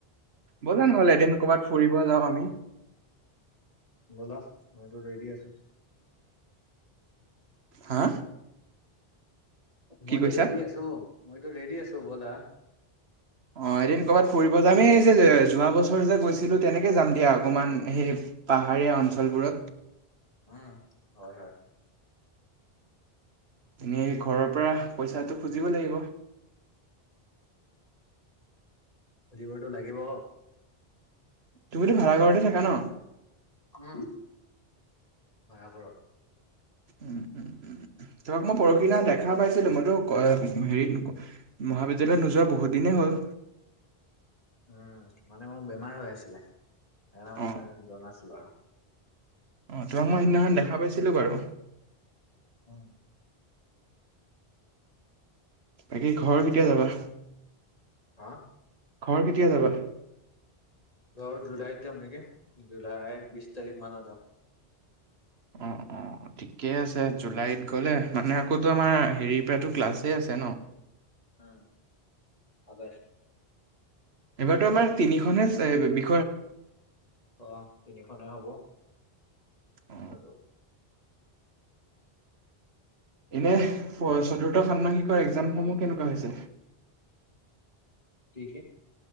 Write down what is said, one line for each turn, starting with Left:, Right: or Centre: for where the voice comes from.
Right: ব'লা নহ'ল এদিন ক'ৰবাত ফুৰিব যাওঁ আমি
Left: ব'লা মইতো ৰেডি আছো
Right: হা কি
Left: মইতো
Right: কৈছা?
Left: ৰেডি আছো মইতো ৰেডী আছো ব'লা
Right: অ এদিন ক'ৰবাত ফুৰিব যামেই যে যোৱা বছৰ যে গৈছিলো তেনেকে যাম দিয়া অকণমান সেই পাহাৰীয়া অঞ্চলবোৰত
Left: উম হয় হয়
Right: এনেই ঘৰৰ পৰা পইচাটো খুজিব লাগিব
Left: বটো লাগিব
Right: তুমিত ভাড়া ঘৰতে থাকা ন
Left: অ ভ়ঘৰত
Right: উম উম তবাক মই পৰহিনা দেখা পাইছিলো মইতো হেৰিত মহাবিদ্্যালয়ত নোযোৱা বহুত দিনে হয়
Left: উম মানে মোৰ বেমাৰ হৈ আছিলে সেই মই
Right: অ'।
Left: জনাছিলো আৰু
Right: অ তোমাক মই সেইদিনাখন দেখা পাইছিলোঁ বাৰু
Left: অ
Right: বাকী ঘৰ কেতিয়া যাবা
Left: হা?
Right: ঘৰ কেতিয়া যাবা?
Left: ঘৰ জুলাইত যাম নেকি জুলাই বিশ তাৰিখ মানৰ যাম।
Right: অ অ ঠিকেই আছে জুলাইত গ'লে মানে আকৌো আমাৰ হেৰিৰ পৰাতো ক্লাছে আছে ন।
Left: উম আগষ্ট।
Right: হয়তো আমাৰ তিনিখনে বিখ্যা-
Left: আহ তিনিখনেই হব
Right: অ,
Left: আৰু।
Right: এনে ফৰ চতুৰ্থ ষানাসিকৰ এক্জাম সমূহ কেনেকুৱা হৈছে?
Left: ঠিকে।